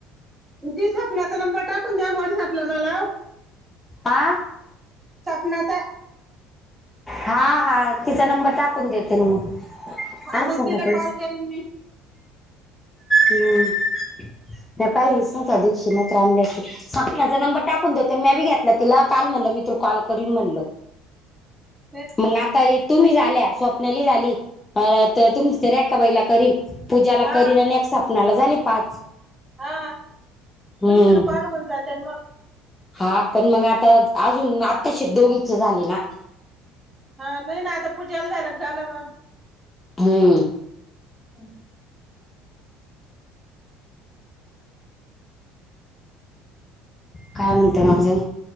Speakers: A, on the right (about 15°); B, on the left (about 20°).
A: तेचपलाचा नंबर टाकून द्या वॉड झापला मला.
B: आ.
A: स्वपणाचा.
B: हा हा तिचा नंबर टाकून देते मी.
A: हा
B: सांग
A: मग
B: सांगा
A: तिला कॉल करीन मी.
B: हम्म नाही पाहिलीच ना त्या दिवशी न त्रांल्याची. आप माझा नंबर टाकून देते मी बी घेतला तिला काल म्हणलं मी तू कॉल करून म्हणलं.
A: <inaudible>
B: मग आता तुम्ही झाल्या स्वप्नाली झाली तुम् तरी एक्का बाईला करीन. पूजाला
A: हा
B: करी आणि नक्ट स्पनाला झाली पाच.
A: हा
B: हम्म
A: तुमचे भि पाच होऊन जाते मग.
B: हा पण मग आता अजून आत्ताश दोघीचे झाले ना.
A: हा नाही नाही आता पूजाला झाला झालं मग
B: हम्म.
A: ह
B: काय म्हणते माझे?